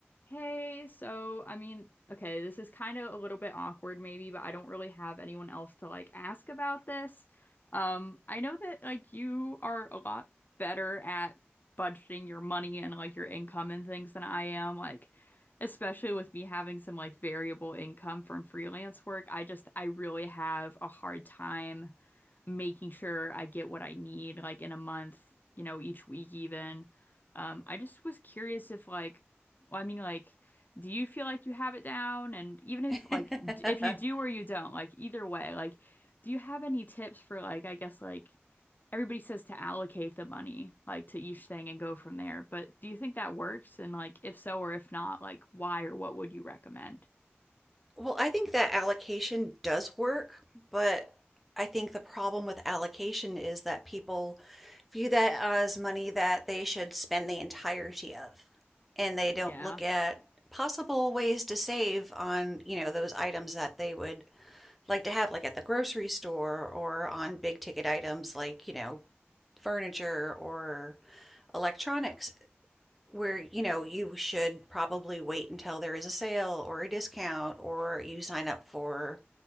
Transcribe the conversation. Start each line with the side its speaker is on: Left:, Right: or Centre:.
Left: Hey, so I mean, okay, this is kind of a little bit awkward maybe, but I don't really have anyone else to like ask about this. Um, I know that like you are a lot better at budgeting your money and like your income and things than I am, like especially with me having some like variable income from freelance work. I just I really have a hard time making sure I get what I need, like in a month, you know, each week even. Um, I just was curious if like, well, I mean, like, do you feel like you have it down? And even if
Centre: <laughs>
Left: like, d- if you do or you don't, like either way, like, do you have any tips for like, I guess like everybody says to allocate the money like to each thing and go from there, but do you think that works? And like, if so or if not, like, why or what would you recommend?
Centre: Well, I think that allocation does work, but I think the problem with allocation is that people view that as money that they should spend the entirety of, and they don't
Left: Yeah.
Centre: look at possible ways to save on, you know, those items that they would like to have, like at the grocery store or on big ticket items like, you know, furniture or electronics. where, you know, you should probably wait until there is a sale or a discount or you sign up for,